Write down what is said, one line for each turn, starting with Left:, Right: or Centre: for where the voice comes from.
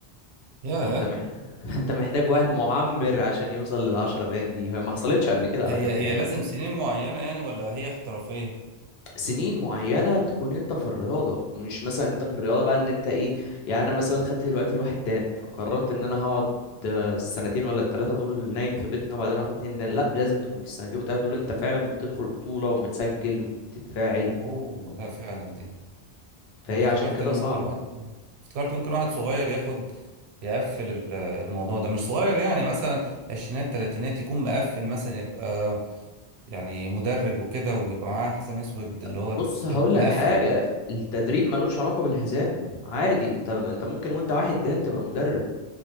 Right: ياه
Left: فانت مح... <laughs> فانت محتاج واحد معمر عشان يوصل للعشرة دان دي هي ما حصلتش قبل كده على
Right: هي
Left: فكرة
Right: هي
Left: يعني
Right: لازم سنين معينه يعني ولا هي احترافيه
Left: سنين معينة تكون انت في الرياضة ومش مثلا انت في الرياضة بقى ان انت ايه يعني انا مثلا خدت دلوقتي الواحد دان فقررت ان انا هقعد آه، السنتين ولا التلاتة دول نايم في بيتنا وبعدين هاخد اتنين دان لا لازم تكون في السنتين والتلاتة دول انت فعلا بتدخل بطولة ومتسجل وبتتفاعل
Right: اوه لا فعلا دي
Left: فهي
Right: انا افتكرت
Left: عشان كده
Right: ان ممكن
Left: صعبة
Right: واحد افتكرت ممكن واحد صغير ياخد يقفل ال- الموضوع ده مش صغير يعني مثلا عشرينات تلاتينات يكون مقفل مثلا يبقى يعني مدرب وكده ويبقى معاه حزام اسود اللي هو
Left: بص
Right: ال-
Left: هقول
Right: المقفل
Left: لك حاجة التدريب ملوش علاقة بالحزام عادي انت انت ممكن وانت واحد دان تبقى مدرب